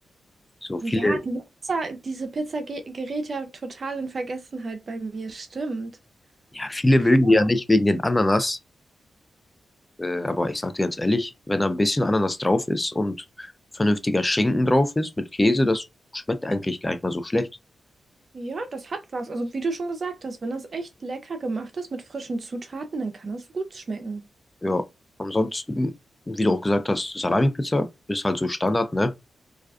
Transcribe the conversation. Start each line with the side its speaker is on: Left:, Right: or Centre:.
Left: So viele,
Right: Ja, diese Pizza, diese Pizza ge- gerät ja total in Vergessenheit bei mir, stimmt.
Left: ja, viele
Right: Kann
Left: mögen
Right: man
Left: die ja
Right: auch?
Left: nicht wegen den Ananas. Äh, aber ich sage dir ganz ehrlich, wenn da ein bisschen Ananas drauf ist und vernünftiger Schinken drauf ist mit Käse, das schmeckt eigentlich gar nicht mal so schlecht.
Right: Ja, das hat was. Also wie du schon gesagt hast, wenn das echt lecker gemacht ist mit frischen Zutaten, dann kann das gut schmecken.
Left: Ja, ansonsten, wie du auch gesagt hast, Salami-Pizza ist halt so Standard, ne?